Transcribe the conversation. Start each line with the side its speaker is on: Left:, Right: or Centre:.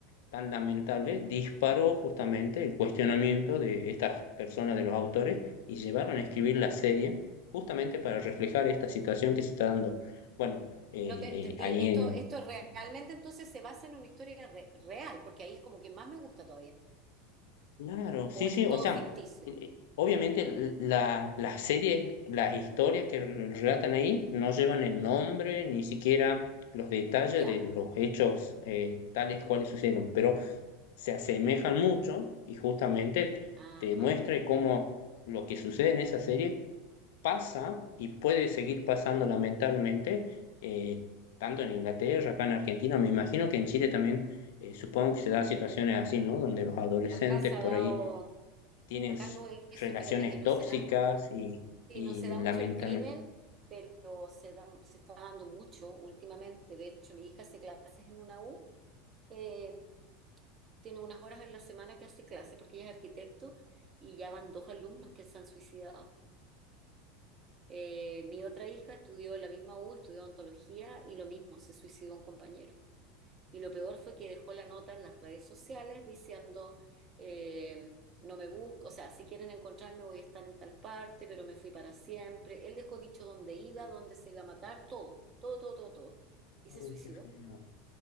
Left: tan lamentable disparó justamente el cuestionamiento de estas personas, de los autores, y llevaron a escribir la serie justamente para reflejar esta situación que se está dando. Bueno, eh,
Right: No te entendí.
Left: eh, ahí
Right: Esto,
Left: en,
Right: esto
Left: en-
Right: realmente entonces se basa en una historia re- real, porque ahí es como que más me gusta todavía.
Left: Claro, sí,
Right: O es
Left: sí, o
Right: todo
Left: sea,
Right: ficticio.
Left: eh, eh, obviamente l- la, las series, las historias que relatan ahí no llevan el nombre, ni siquiera los detalles
Right: Ya.
Left: de los hechos eh, tales cuales sucedieron, pero se asemejan mucho y justamente
Right: Ah.
Left: te
Right: ah.
Left: muestra cómo lo que sucede en esa serie pasa y puede seguir pasando lamentablemente, eh, tanto en Inglaterra, acá en Argentina, me imagino que en Chile también, eh, supongo que se dan situaciones así, ¿no? Donde los adolescentes
Right: Acá se ha
Left: por
Right: dado.
Left: ahí tienen
Right: Acá
Left: s-
Right: no es eso,
Left: relaciones
Right: fíjate que no
Left: tóxicas
Right: se dan,
Left: y,
Right: sí,
Left: y
Right: no se
Left: lamentablemente...
Right: da mucho el crimen, pero se da- se está dando mucho últimamente. De hecho, mi hija hace clases en una U, eh, tiene unas horas en la semana que hace clases porque ella es arquitecto y ya van dos alumnos que se han suicidado. Eh, mi otra hija estudió en la misma U, estudió ontología y lo mismo, se suicidó un compañero. Y lo peor fue que dejó la nota en las redes sociales diciendo, eh, no me busco, o sea, si quieren encontrarme voy a estar en tal parte, pero me fui para siempre. Él dejó dicho dónde iba, dónde se iba a matar, todo, todo, todo, todo, todo. Y
Left: Uy,
Right: se suicidó.
Left: qué feo.